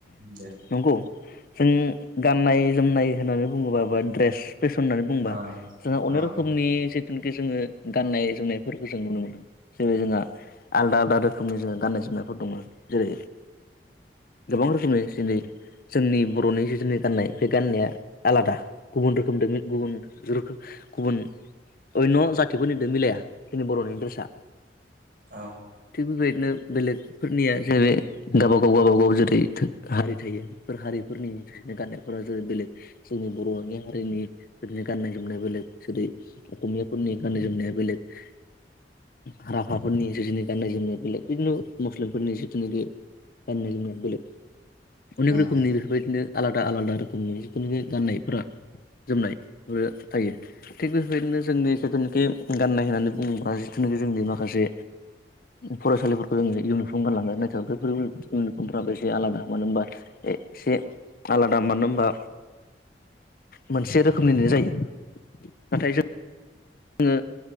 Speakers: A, on the right; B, on the left.
A: दे
B: नंगौ जों गाननाय जोमनाय होननानै बुङोबा बा दड्रेस फेसन होननानै बुंबा
A: औ
B: जोंहा अनेक
A: औ
B: रोखोमनि जिथ थोनखे जोङो गाननाय जोमनायफोरखौ जों नुनो जेरै जोंहा आलदा आलदा रो खोमनि जोङो गाननाय जोमनायफोर दङ जेरै गोबां रोखोमनि जिनै जोंनि बर'नि जिथजोननि गाननाय बे गान्नाया आलादा गुबुन रोखोम गुबुन रोखो गुबुन अन्न' जाथिफोरनिदो मिलाया जोंनि बर'निड्रेसा।
A: औ।
B: थिग बेबायदनो बेलेग फोरनिया जेरै गावबागाव गावबागाव जेरै थो हारि थायो बेफोर हारिफोरनि थाखायनो गाननायफोरा जो बेलेग जोंनि बर'नि हारिनि फोरनि गाननाय जोमनाय बेलेग जेरै अस'मियाफोरनि गाननाय जोमनाया बेलेग
A: <unintelligible>
B: हाराखाफोरनि
A: औ
B: जिजिनि गान्नाय जोमनाय बेलेग बिदिनो मस्लिमफोरनि जिथोनोगे गाननाय जोमनाया बेलेग अनेक
A: ओम
B: रोखोमनि बेफोरबायदिनो आलादा आलादा रोखोमनि जिखुनु ‌बे गाननायफोरा जोमनाय ओरो थायो थिग बेबायदिनो जोंनि सोथोखे गाननाय होननानै बुङोब्रा जिथुनोगे जोंनि माखासे फरायसालिफोरखौ जों इउनिफर्म गानलाङो नोथो बेफोरबो इउनिफर्मफ्राबो एसे आलादा मानो होनबा एसे आलादा मोनानो होमबा मोनसे रोखोमनिनो जायो नाथाय जोङो